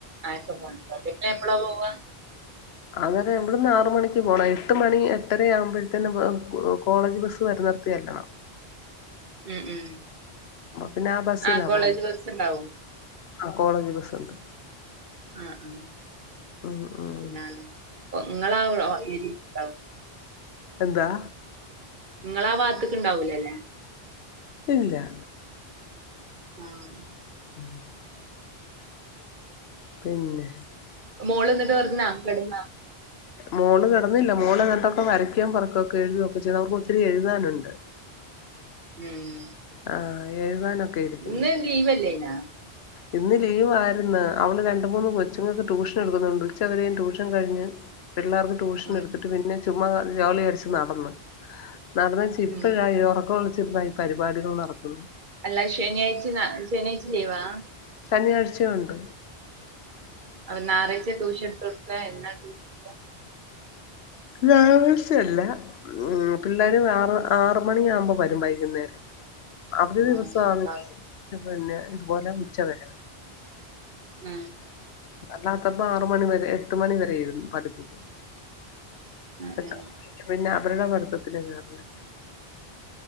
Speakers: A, on the right (about 50°); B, on the left (about 75°).
A: ആയപ്പെ പോണ്ടന്നെ പിന്നെ എപ്പള്ളാ പോവാ...
B: അതൊക്കെ ഇബ്ടെന്ന് ആർമണിക്ക് പോണം എട്ട് മണി എട്ടര ആവുമ്പോഴത്തിന്ന് കോളേജ് ബസ്സ് വര. നിർത്തി ത്തരലോ...
A: ഉം ഉം
B: പിന്നെ ആ ബസ്സിലാ
A: ആഹ് കോളേജ്
B: പോണ്
A: ബസ്സ്ണ്ടാവും
B: ആ കോളേജ് ബസ്സുണ്ട്..
A: ആ ആ ഉം
B: ഉം ഉം
A: പിന്നാലെ... ങ്ങാളവ് ഔ ഓ രിപ്പാ...
B: എന്താ..
A: ഇങ്ങള ആ ഭാത്തക്ക് ഉണ്ടാവൂലല്ലേ..
B: ഇല്ല്യാ...
A: ആഹ
B: ഉം പിന്നെ
A: മോൾ എന്നിട്ട് പറഞ്ഞ് കെടന്നാ
B: മോള് കിടന്നില്ല മോള് ഏതാണ്ടൊക്കൊ വരകോം പെറക്കൊക്കെ എഴുതൊക്കെ ചെയ്യണ് അവൾക്ക് ഒത്തിരി എഴുതാനുണ്ട്
A: ഉം
B: ആ എഴുതാനൊക്കെ ഇരിക്കുന്നു
A: ഇന്ന് ലീവ് അല്ലയ്ന്നാ
B: ഇന്ന് ലീവ് ആയിരുന്ന് അവള് രണ്ട് മൂന്ന് കൊച്ചുങ്ങൾക്ക് ട്യൂഷൻ എടുക്കുന്നുണ്ട് ഉച്ച വരെയും ട്യൂഷൻ കഴിഞ്ഞ് പിള്ളേർക്ക് ട്യൂഷൻ
A: ഉം
B: എടുത്തിട്ട് പിന്നെ ചുമ്മാ ജോളി അടിച്ച് നടന്ന് നടന്നേച്ച് ഇപ്പഴാ
A: ഉം
B: ഈ ഉറക്കം ഒളിച്ചിരുന്ന് ഈ പരിപാടികൾ നടത്തുന്നുന്നത്
A: അല്ല ശനിയാഴ്ച്ച ന ശനിയാഴ്ച്ച ലീവാ
B: ശനിയാഴ്ചയും ഉണ്ട്
A: അപ്പ ഞായറാഴ്ച ടൂഷൻ എടുത്ത് കൊടുക്ക എന്നാ ടൂഷൻ കൊടുക്കാ
B: ഞായാറായ്ച്ച അല്ലാ ഉം പിള്ളേരും ആറ് ആറ് മണിയ ആകുമ്പോ വരും വൈകുന്നേരം അവധി ദിവസമാണങ്കിൽ
A: ആഹ് ക്ലാസ്
B: പിന്നെ ഇതുപോലെ
A: ഉം
B: ഉച്ച വര
A: ഉം
B: അല്ലാത്തപ്പോ ആറ് മണി വരെ എട്ട് മണി വരെ ഇരുന്നു പഠിപ്പിക്കും
A: ഉം
B: എന്നിട്ട് പിന്നെ അവരുടെ പഠിത്തത്തിന് കയറുന്നെ